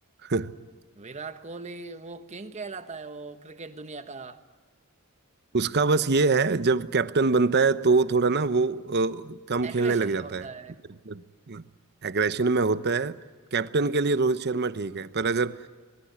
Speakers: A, on the right (about 45°); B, on the right (about 30°).
A: हो <laughs>
B: विराट कोहली वो किंग कहलाता है वो क्रिकेट दुनिया का
A: उसका बस ये है जब कैप्टन बनता है तो थोड़ा ना वो अ, कम
B: एग्रेशन
A: खेलने लग जाता
B: में होता
A: है
B: है
A: एग्रेशन में होता है कैप्टन के लिए रोहित शर्मा ठीक है पर अगर अ,